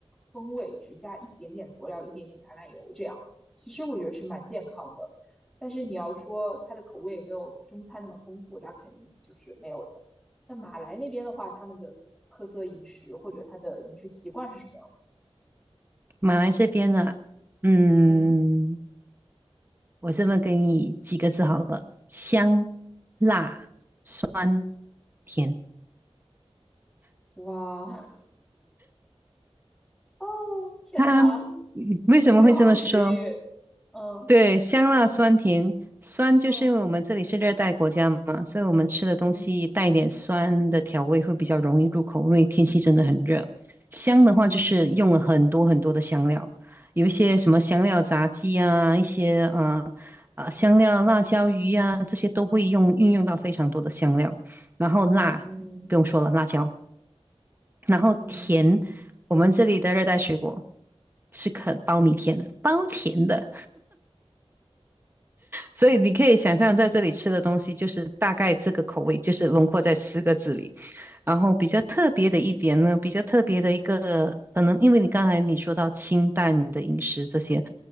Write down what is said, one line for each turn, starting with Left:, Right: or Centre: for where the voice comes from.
Centre: 风味，只加一点点佐料，一点点橄榄油这样。其实我觉得是蛮健康的，但是你要说它的口味有没有中餐那么丰富，那肯定就是没有的。那马来那边的话，他们的特色饮食或者他的饮食习惯是什么样的？
Right: 马来这边呢，嗯。
Centre: 嗯，
Right: 我这么给你几个字好了：香、辣、酸、甜。
Centre: 哇，哦，天呐，
Right: 它、嗯为什么会这么说？
Centre: 听着就好有食欲。嗯
Right: 对，香辣酸甜，酸就是因为我们这里是热带国家嘛，
Centre: 嗯
Right: 所以我们吃的东西带一点酸的调味会比较容易入口，
Centre: 嗯
Right: 因为天气真的很热。香的话就是用了很多很多的香料，
Centre: 嗯
Right: 有一些什么香料炸鸡啊，
Centre: 嗯
Right: 一些呃呃香料辣椒鱼啊，这些都会用运用到非常多的香料。然后辣不用说了，
Centre: 嗯嗯
Right: 辣椒。然后甜，
Centre: 嗯
Right: 我们这里的热带水果是肯包你甜的，包甜的。所以你可以想象，在这里吃的东西就是大概这个口味，就是轮廓在四个字里。然后比较特别的一点呢，比较特别的一个，
Centre: 嗯
Right: 可能因为你刚才你说到清淡的饮食这些，